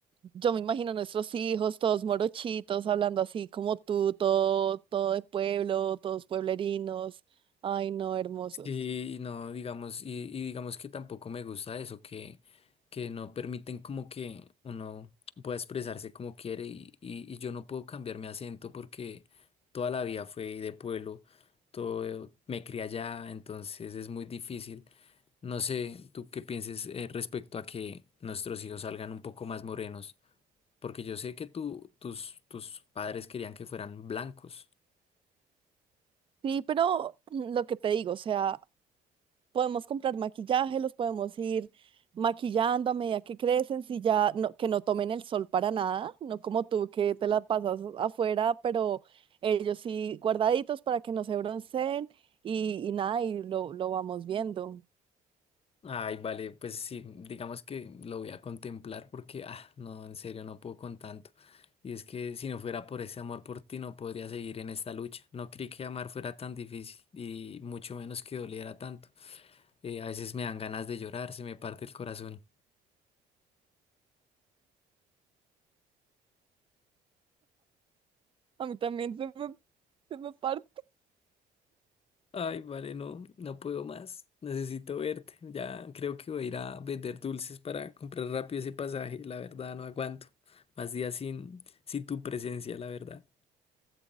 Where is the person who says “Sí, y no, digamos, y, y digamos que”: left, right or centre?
Left